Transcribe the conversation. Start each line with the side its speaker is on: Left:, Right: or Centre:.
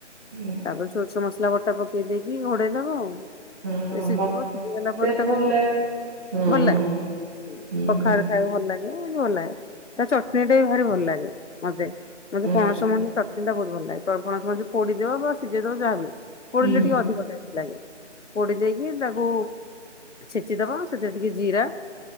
Right: ହୁଁ।
Left: ତାପରେ ସୋରିଷ ମସଲା ବଟା ପକେଇ ଦେଇକି। ଘୋଡେଇ ଦବଆଉ। ଟିକେ
Right: ହଁ ହଁ
Left: ସିଯିବ
Right: ମତେ
Left: ସିଝିଗଲା ପରେ ତାକୁ
Right: ଭଲ ଲାଗେ ହଁ
Left: ଭଲ ଲାଗେ।
Right: ହଁ ହୁଁ
Left: ପଖାଳରେ ଖାଇବାକୁ ଭଲ ଲାଗେ। ଭଲ ଲାଗେ ତା ଚଟଣି ଟା ବି ଭାରି ଭଲ ଲାଗେ। ମତେ ମତେ
Right: ଆଚ୍ଛା
Left: ପଣସ ମଞ୍ଜି ଚଟ ଚଟଣି ଟା ବହୁତ ଭଲ ଲାଗେ ଚପଣସ ମଞ୍ଜି ପୋଡିଦବ ବା ସିଝେଇଦବ ଯାହା ବି ହଉ ପୋଡିଲେ
Right: ହୁଁ
Left: ଟିକେ ଅଧିକ ଟେସ ଲାଗେ ପୋଡି ଦେଇକି। ତାକୁ ଛେଚିଦବ ସେଥିରେ ଟିକେ ଜିରା